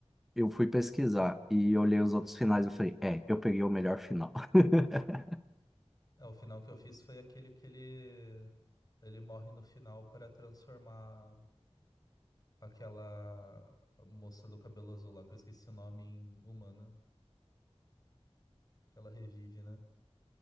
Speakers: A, in the centre; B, on the left (about 35°).
A: eu fui pesquisar e olhei os outros finais e eu falei, é, eu peguei o melhor final. <laughs>
B: É, o final que eu fiz foi aquele que ele, ele morre no final para transformar aquela moça do cabelo azul lá, que eu esqueci o nome, em humana, que ela revive, né?